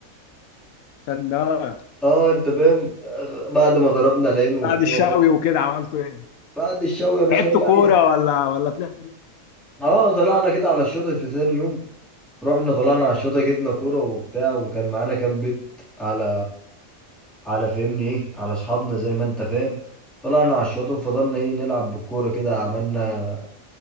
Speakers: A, on the left; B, in the centre.
A: عشان ده
B: <laughs> اه انت فاهم آه، بعد ما ضربنا العين وبتاع
A: بعد الشاوي
B: وخد-
A: وكده عملتوا ايه؟
B: بعد الشوي يا باشا
A: لعبتوا
B: ولا
A: كوره
B: اي حاجة.
A: ولا ولا طلعتوا ليه؟
B: اه طلعنا كده على الشاطئ في ثاني يوم رحنا طلعنا على الشاطئ جبنا كوره وبتاع وكان معانا كام بيت على على فهمني ايه على اصحابنا زي ما انت فاهم طلعنا على الشاطئ وفضلنا ايه نلعب بالكوره كده عملنا